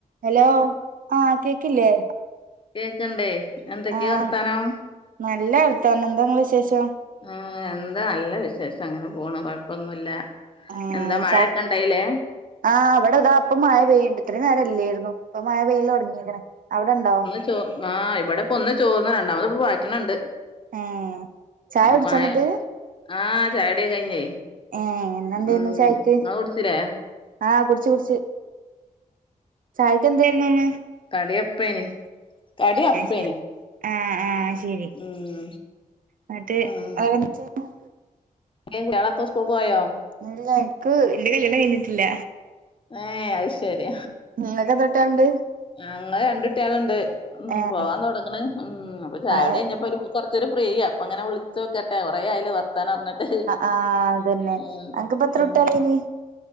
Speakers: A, on the right; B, on the left.
A: Hello ആഹ് കേക്കില്ലേ
B: കേക്കണ്ടേ എന്തൊക്കെയാ
A: ആഹ്
B: വർത്താനം
A: നല്ല വർത്താനം എന്താ നിങ്ങളെ വിശേഷം
B: ആഹ് എന്താ നല്ല വിശേഷം അങ്ങനെ പോണു കൊഴപ്പൊന്നുമില്ല
A: ആഹ്
B: എന്താ മഴൊക്കെ
A: ചാ
B: ഇണ്ടായില്ലേ
A: ആഹ് ഇവിടെതാ ഇപ്പ മഴ പെയ്യണ്ട് ഇത്ര നേരംല്ലായിരുന്നു. ഇപ്പൊ മഴ പെയൽ തുടങ്ങിരിക്കണ് അവിടെണ്ടോ
B: ച്ചൊ ആ ഇവിടെപ്പൊ ഒന്ന് ചോർന്ന് രണ്ടാമത് ഇപ്പ പാറ്റണണ്ട്
A: ഏഹ് ചായ കുടിച്ചോ
B: പായ
A: ഇന്നട്ട്
B: ആഹ് ചായകുടിയൊക്ക കഴിഞ്ഞേ
A: ഏഹ് ഇന്നെന്തേയിരുന്നു
B: ഉം
A: ചായക്ക്
B: ഇങ്ങള് കുടിച്ചില്ലേ
A: ആഹ് കുടിച്ച് കുടിച്ച് ചായക്ക് എന്തായിരുന്നുന്ന്
B: കടിയപ്പേന് കടിയ അപ്പേന്
A: ശരി ആഹ് ആഹ് ശരി
B: ഉം
A: ഇന്നട്ട്
B: ആഹ്
A: <unintelligible>
B: ഏ കൂട്ടി കളൊക്ക സ്‌കൂളിക്ക് പോയോ
A: ഇല്ല എനിക്ക് എന്റെ കല്യാണം കഴിഞ്ഞിട്ടില്ല
B: ഏഹ് അത് ശരി
A: ഇങ്ങക്ക് എത്ര കുട്ട്യാള്ണ്ട്
B: അങ്ങന രണ്ട് കുട്ടികളുണ്ട് ഉം
A: ഏഹ്
B: പോവാൻ തുടങ്ങണ് ഉം അപ്പൊ ചായ
A: ആഹ്
B: കുടി കഴിഞ്ഞപ്പോ കൊറ ച്ച് ഒരു ഫ്രീയാ അപ്പ അങ്ങനെ വിളിച്ച് നോക്കട്ടെ കുറെ ആയലൊ വർ ത്താനം പറഞ്ഞിട്ട്
A: ആഹ് അതന്നെ
B: ഉം
A: അനക്ക്പ്പ എത്ര
B: ഉം
A: കുട്ട്യാളേനി